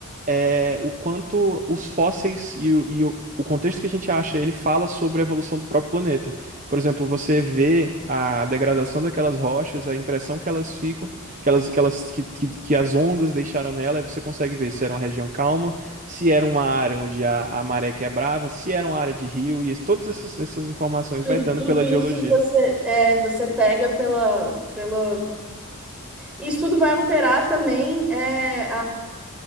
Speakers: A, on the right (about 35°); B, in the centre.
A: é, o quanto os fósseis e, o, e o- o contexto que a gente acha, ele fala sobre a evolução do próprio planeta. Por exemplo, você vê a degradação daquelas rochas, a impressão que elas ficam, que elas, que elas, que, que, que as ondas deixaram nela, e você consegue ver se era uma região calma, se era uma área onde a, a maré quebrava, se era uma área de rio, e es- todas essas, essas informações
B: Tudo,
A: vai dando
B: tudo
A: pela
B: isso
A: geologia.
B: você, é, você pega pela, pela... Isso tudo vai alterar também é,